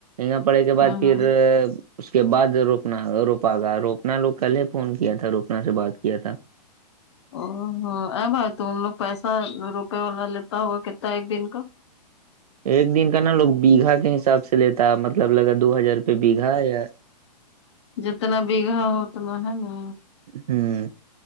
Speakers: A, on the right; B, on the left.
A: گا پڑے کے بعد
B: ہاں
A: پھر
B: ہاں
A: اس کے بعد روپنا روپا گا روپ نا لوگ کل ہی فون کیا تھا روکنا سے بات کیا تھا
B: او ہو بھائی تو ان لوگ پیسہ روپے والا لیتا ہوگا کتنا ایک دن کا
A: ایک دن کا نا لوگ بیگھا کے حساب سے لیتا مطلب لگا دو ہزار روپی بیگھا یا
B: جبتنا بیگھا ہو اتنا ہے نا
A: ہمم